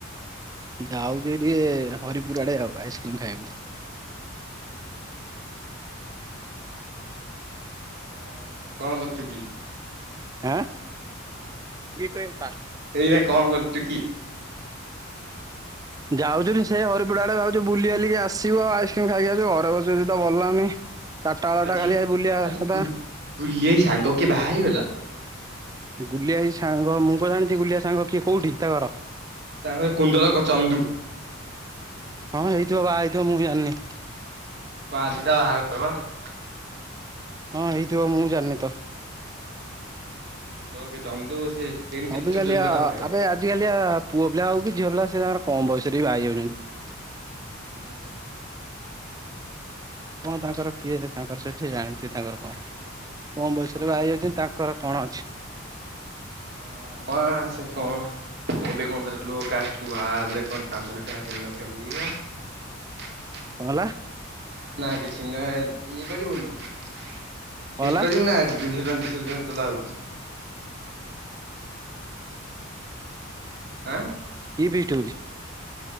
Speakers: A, on the right; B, on the right.
A: ଯାଉଛି ଟିକେ ହରିପୁର ଆଡେ ଆଉ, ଆଇସ୍କ୍ରିମ ଖାଇବାକୁ ହୁଁ <inaudible>
B: ହଁ କଣ କରୁଛୁ କି?
A: ଆଁ ଏଇ କ
B: ଏଇଟ କଣ କରୁଛୁ କି?
A: ଯାଉଛୁ ସେଇ ହରିପୁର ଆଡେ -ଯାଉଛି ବୁଲି ବାଲିକି ଆସିବୁ, ଆଇସ୍କ୍ରିମ ଖାଇକି ଆସିବୁ, ଘରେ ବସିବସିକି ତ ଭଲ ଲାଗୁନି ଚାରିଟା ବେଳଟା
B: ଆଜି
A: ଖାଲି ଆ ବୁଲିବା
B: ଆଜି
A: କଥା
B: ଗୁଲ
A: ।
B: ଗୁଲି ଭାଇ ସାଙ୍ଗ କିଏ ବାହା ହେଇଗଲା
A: ଗୁଲିଆ ସାଙ୍ଗ ମୁଁ କଣ ଜାଣିଛି ଗୁଲିଆ ସାଙ୍ଗ କିଏ କୋଉଠି ତା ଘର?
B: ତାଙ୍କଘର କୁଣ୍ଡଳକ ଚନ୍ଦୁ
A: ହଁ ହେଇଥିବ ବା ହେଇଥିବ ମୁଁ ଜାଣିନି
B: ପାଜି ତ ବାହା ବା <unintelligible>
A: ହଁ ହେଇଥିବ ମୁଁ ଜାଣିନି ତ
B: ଓୋ କୁ ତ ଚାମଦ ସେ <unintelligible>
A: ହବ
B: ଛୋଟ
A: କାଲି
B: ଛୁଆଟା
A: ଆବେ
B: ବାହା ହେଇଗଲା।
A: ଆଜିିକାଲି ଆ ପୁଅ ପିଲା ହଉ କି ଝିଅ ପିଲା ସେତାଙ୍କର କମ ବୟସ ସେ ବି ବାହା ହେଇ ଯାଉଛନ୍ତି ।
B: ହୁଁ ହୁଁ
A: କଣ ତାଙ୍କର କିଏ ଯେ ତାଙ୍କର ସେଠି ଜାଣିଥିବୁ ତାଙ୍କର କଣ? କଣ ବୟସରେ
B: ହଁ
A: ବାହାହେଇଯାଉଛନ୍ତି, ତାଙ୍କର କଣ ଅଛି?
B: ହଁ ମ ସେ କ---? ଏବେ କଣ ତ ଲ କାଷ୍ଟକୁ ବାହାରିଲେ କଣ ପାଞ୍ଚ ଲକ୍ଷ ତିନି ଲକ୍ଷ ମିଳିବ <unintelligible>
A: କଣ ହେଲା?
B: ନା ନା କିଛି ନୁହେଁ ଇଏ କରିବୁନୁ, ଫିଷ୍ଟ
A: କଣ ହେଲା
B: କରିବୁ ନା ଆଜି ଦିଶହ ଟଙ୍କା ହଉଛି <unintelligible> ଆଁ
A: କି ଭଟ ହଉଛି <unintelligible>